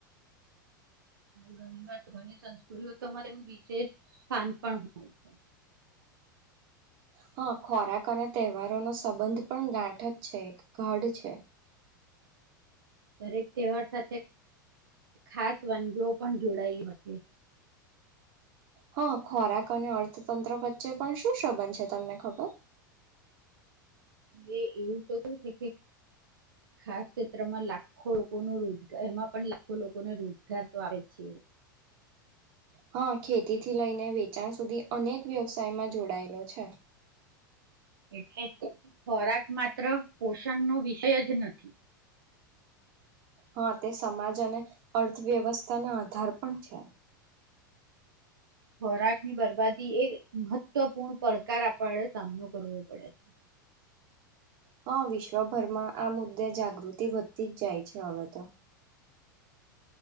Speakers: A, on the right (about 85°); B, on the right (about 50°).
A: ઘણી વાર ઘણી સંસ્કૃતિઓ તોરે વિશેષ સ્થાન પણ હોય છે
B: હા ખોરાક અને તહેવારોનો સંબંધ પણ ગાંઠક જ છે એક ગઢ છે
A: દરેક તહેવાર સાથે ખાસ વાનગીઓ પણ જોડાયેલ હતી
B: હા ખોરાક અને અર્થતંત્ર વચ્ચે પણ શું સંબંધ છે તમને ખબર
A: હવે એવું તો કેું છે કે ખાસ ક્ષેત્રમાં લાખો લોકો ન રોજગાર એમાં પણ લાખો લોકોને રોજગાર તો આપ છે
B: હા ખેતી થી લઈને વેચાણ સુધી અનેક વ્યવસાયમાં જોડાયેલો છે
A: એટલે તેથી ખોરાક માત્ર પોષણનો વિષય જ નથી
B: હા તે સમાજ અને અર્થવ્યવસ્થાના આધાર પણ છે
A: ખોરાકની બરબાદી એ મહત્વપૂર્ણ પડકાર આપણે સામનો કરવો પડે છે
B: હા વિશ્વભરમાં આ મુદ્દે જાગૃતિ વધતી જ જાય છે હવે તો